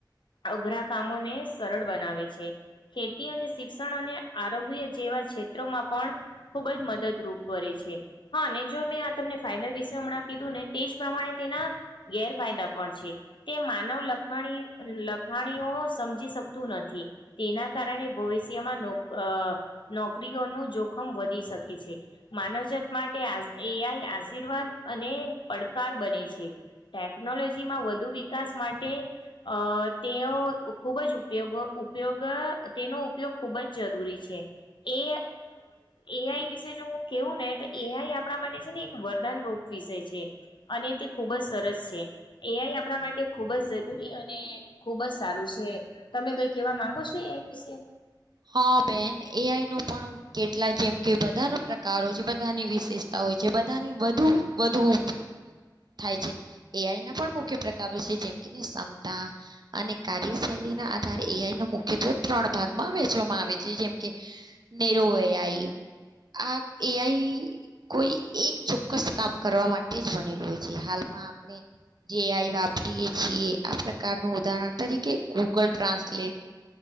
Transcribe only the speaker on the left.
અઘરા કામોને સરળ બનાવે છે ખેતી અને શિક્ષણ અને આરોગ્ય જે વા ક્ષેત્રમાં પણ ખૂબ જ મદદરૂપ કરે છે હા જો મેં આ તમને ફાય વિશે હમણાં કીધું ને તે જ પ્રમાણે તેના ગેરફાયદા પણ છે તે માનવ લખાણી લખાણીઓ સમજી શકતું નથી તેના કારણે ભવિષ્યમાં અ નોકરીઓનું જોખમ વધી શકે છે. માનવજાત માટે એ આઈ આશીર્વાદ અને પડકાર બને છે ટેકનોલોજીમાં વધુ વિકાસ માટે અ અ તેનો ખૂબ જ ઉપયોગ ઉપયોગ તેનો ઉપયોગ ખૂબ જ જરૂરી છે. એ એ આઈ વિશે જો હું કેવું ને તો એ આઈ આપણા માટે છે ને એક વરદાન ર વિષય છે અને તે ખૂબ જ સરસ છે એઆઈ આપણા માટે ખુબ જ જરૂરી અને ખુબ જ સારું છે. તમે કઈ કેવા માંગો છો એ વિશે?